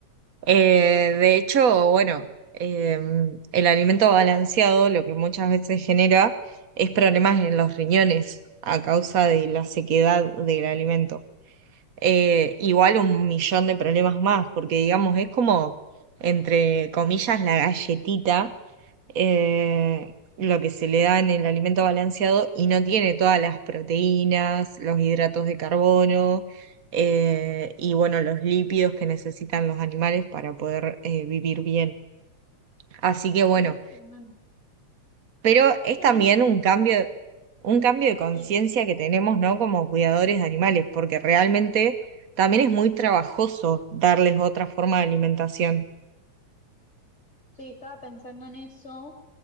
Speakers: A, on the right; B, on the left.
A: Eh, de hecho, bueno, eh, el alimento balanceado lo que muchas veces genera es problemas en los riñones a causa de la sequedad del alimento. Eh, igual un millón de problemas más, porque digamos, es como, entre comillas, la galletita eh, lo que se le da en el alimento balanceado y no tiene todas las proteínas, los hidratos de carbono eh, y bueno, los lípidos que necesitan los animales para poder eh, vivir bien. Así que bueno,
B: Sí, es tremendo.
A: pero
B: Es
A: es
B: tremendo.
A: también un cambio, un cambio de conciencia
B: Sí,
A: que tenemos, ¿no? Como cuidadores de animales, porque realmente también es muy trabajoso darles otra forma de alimentación.
B: sí, estaba pensando en eso.